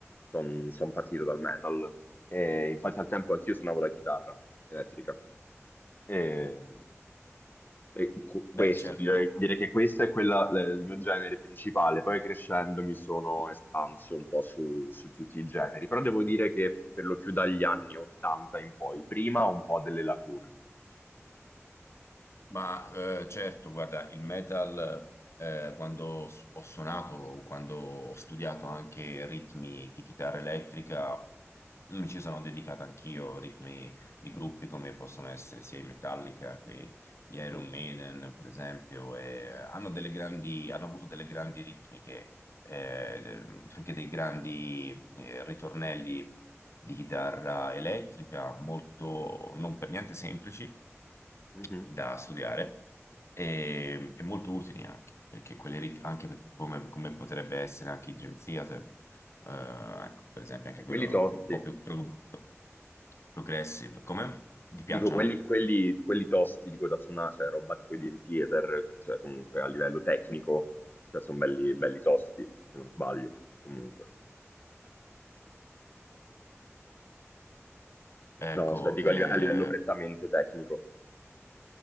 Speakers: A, on the left; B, on the left.
A: sono partito dal metal. E infatti al tempo anch'io suonavo la chitarra elettrica. E, e cu- questo,
B: Beh, certo.
A: direi, direi che questo è quella, l- il mio genere principale. Poi crescendo mi sono espanso un po' su, su tutti i generi, però devo dire che per lo più dagli anni 80 in poi, prima ho un po' delle lacune.
B: Ma eh, certo, guarda, il metal, eh, quando s- ho suonato, quando ho studiato anche ritmi di chitarra elettrica, mm, mi ci sono dedicato anch'io, ritmi di gruppi come possono essere sia i Metallica che gli
A: Mhm,
B: Iron Maiden, per esempio, e hanno delle grandi, hanno avuto delle grandi ritmiche, eh, anche dei grandi eh, ritornelli di chitarra elettrica, molto non per niente semplici
A: mhm.
B: da studiare e, e molto utili anche, perché quelle rit- anche per- come, come potrebbe essere anche il Dream Theater, eh, ecco, per esempio anche
A: E quelli
B: quello
A: tosti,
B: un po' più pro- progressive, come? Ti
A: dico
B: piacciono?
A: quelli, quelli- quelli tosti, dico da suonare, cioè roba tipo i Dream Theater, cioè comunque a livello tecnico, cioè sono belli, belli tosti, se non sbaglio, comunque.
B: Ecco,
A: No, cioè dico
B: eh,
A: a, live- a livello prettamente tecnico.